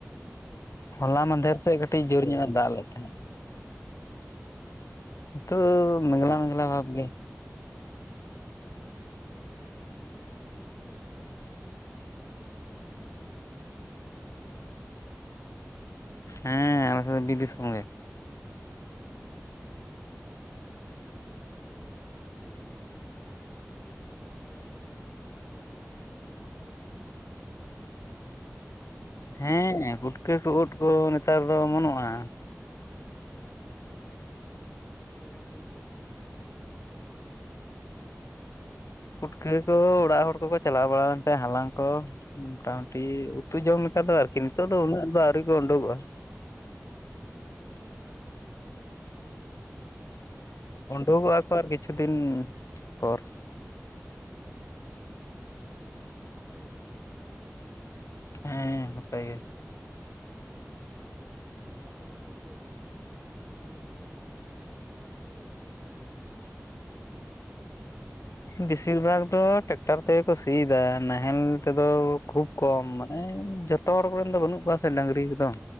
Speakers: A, on the left; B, on the left.
A: ᱚᱝᱠᱟ᱾
B: ᱦᱚᱞᱟ ᱢᱟᱦᱫᱷᱮᱨ ᱥᱮᱜ ᱠᱟᱹᱴᱤᱡ ᱡᱳᱨ ᱧᱚᱜ ᱮ ᱫᱟᱜ ᱞᱮᱫ ᱛᱟᱦᱮᱸᱜ᱾
A: ᱟᱪᱷᱟ ᱾
B: ᱱᱤᱛᱳ ᱫᱚ ᱢᱮᱜᱷᱞᱟ ᱢᱮᱜᱷᱞᱟ ᱵᱷᱟᱵᱽ ᱜᱮ᱾
A: ᱚ ᱱᱟᱯᱟᱭ ᱠᱟᱛᱷᱟ <inaudible>
B: ᱦᱮᱸ ᱟᱞᱮ ᱥᱮᱫ ᱫᱚ ᱵᱤᱨᱫᱤᱥᱚᱢ ᱜᱮ᱾
A: ᱚ ᱵᱷᱟᱜᱤ ᱜᱮ <inaudible> ᱵᱤᱨ ᱫᱤᱥᱚᱢ ᱠᱷᱚᱱᱟᱜ ᱛᱟᱦᱚᱞᱮ ᱱᱮᱛᱟᱨ ᱯᱩᱴᱠᱟᱹ ᱠᱚ ᱚᱢᱚᱱ ᱚᱢᱚᱱᱚᱜ ᱠᱟᱱᱟ ᱠᱚ ᱥᱮ ᱵᱟᱝ ᱟᱯᱮ ᱥᱮᱫ?
B: ᱦᱮᱸ ᱯᱩᱴᱠᱟᱹ ᱠᱚ ᱳᱫ ᱠᱚ ᱱᱮᱛᱟᱨ ᱫᱚ ᱚᱢᱚᱱᱚᱜᱼᱟ᱾
A: ᱟᱪᱷᱟ ᱟᱹᱰᱤ ᱱᱟᱯᱟᱭ ᱠᱟᱛᱷᱟ ᱫᱚ ᱛᱟᱦᱞᱮ᱾ ᱛᱤᱱᱟᱹᱜ ᱜᱟᱱ ᱵᱤᱱ ᱦᱟᱞᱟᱝ ᱠᱮᱫ ᱠᱚᱣᱟ ᱯᱩᱴᱠᱟᱹ ᱠᱚ?
B: ᱯᱩᱴᱠᱟᱹ ᱠᱚ ᱚᱲᱟᱜ ᱦᱚᱲ ᱠᱚᱠᱚ ᱪᱟᱞᱟᱣ ᱵᱟᱲᱟ ᱞᱮᱱ ᱛᱟᱦᱮᱸ ᱦᱟᱞᱟᱝ ᱠᱚ᱾ ᱢᱚᱴᱟᱢᱩᱴᱤ
A: ᱦᱚᱸ
B: ᱩᱛᱩ ᱡᱚᱢ ᱞᱮᱠᱟ ᱫᱚ ᱟᱨᱠᱤ ᱱᱤᱛᱚᱜ ᱫᱚ ᱩᱱᱟᱹᱜ ᱫᱚ ᱟᱹᱣᱨᱤ ᱠᱚ ᱳᱸᱰᱳᱜᱚᱜᱼᱟ᱾
A: ᱟᱪᱷᱟ ᱟᱪᱷᱟ ᱵᱷᱟᱜᱮ ᱜᱮ᱾
B: ᱳᱸᱰᱳᱠᱚᱜ ᱟᱠᱚ ᱟᱨ ᱠᱤᱪᱷᱩ ᱫᱤᱱ ᱯᱚᱨ᱾
A: ᱦᱩᱸ ᱱᱟᱯᱟᱭ ᱜᱮᱭᱟ ᱵᱤᱱ?
B: ᱦᱮᱸ ᱱᱟᱯᱟᱭ ᱜᱮ᱾
A: ᱚ ᱟᱪᱷᱟ᱾ ᱟᱯᱮ ᱥᱮᱫ ᱫᱚ ᱪᱮᱜ ᱪᱮᱫ ᱛᱮᱯᱮ ᱥᱤᱭᱫᱟ ᱢᱟᱱᱮ ᱴᱮᱠᱴᱟᱨ ᱛᱮ ᱥᱮ ᱱᱚᱣᱟ ᱱᱟᱦᱮᱞ ᱛᱮᱜᱮ᱾
B: ᱵᱤᱥᱤᱨ ᱵᱷᱟᱜᱽ ᱫᱚ ᱴᱮᱠᱴᱟᱨ ᱛᱮᱜᱮᱠᱚ ᱥᱤᱭᱫᱟ ᱱᱟᱦᱮᱞ ᱛᱮᱫᱚ
A: ᱦᱩᱸ
B: ᱠᱷᱩᱵᱽ᱾ ᱠᱚᱢ ᱢᱟᱱᱮ ᱡᱚᱛᱚ ᱦᱚᱲ ᱠᱚᱨᱮᱱ ᱫᱚ ᱵᱟᱹᱱᱩᱜ ᱠᱚᱣᱟ ᱥᱮ ᱰᱟᱹᱝᱨᱤ ᱠᱚᱫᱚ᱾